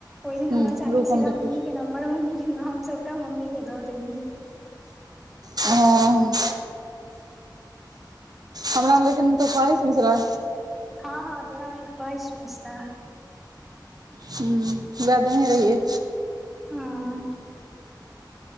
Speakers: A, in the centre; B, on the right.
A: ओहि दिन
B: हूँ
A: हम अचानक
B: रूपम
A: सीधा
B: देखै
A: मम्मी के नम्बर मम्मी के हम सबटा मम्मी के द देली
B: हँ हमरा मे तऽ लेकिन सहिष मिश्रा
A: हँ हँ तोरामे कहइश <unintelligible> मिश्रा
B: हू याद नहि रहेय
A: हँ